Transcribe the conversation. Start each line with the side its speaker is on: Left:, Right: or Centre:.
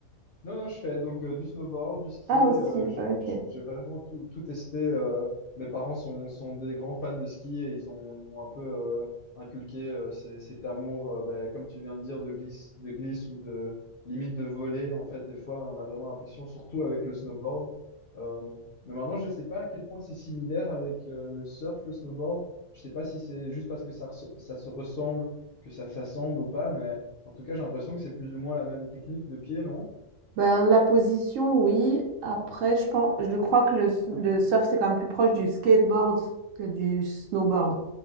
Left: Non, non, je fais donc euh, du snowboard, du ski.
Right: Ah, aussi,
Left: euh, j'ai
Right: ok.
Left: j'ai- j'ai vraiment tout, tout testé. euh. mes parents sont, sont des grands fans de ski et ils ont, ils m'ont un peu euh, inculqué euh, ces- cet amour, euh, ben, comme tu viens de dire, de glisse, de glisse ou de limite de voler. En fait, des fois, on a vraiment l'impression, surtout avec le snowboard. Euh, mais maintenant, je ne sais pas à quel point c'est similaire avec euh, le surf, le snowboard. Je ne sais pas si c'est juste parce que ça, res- ça se ressemble, que ça s'assemble ou pas, mais en tout cas, j'ai l'impression que c'est plus ou moins la même technique de pied, non?
Right: Ben, la position, oui. Après, je pense, je crois que le, le surf, c'est quand même plus proche du skateboard que du snowboard.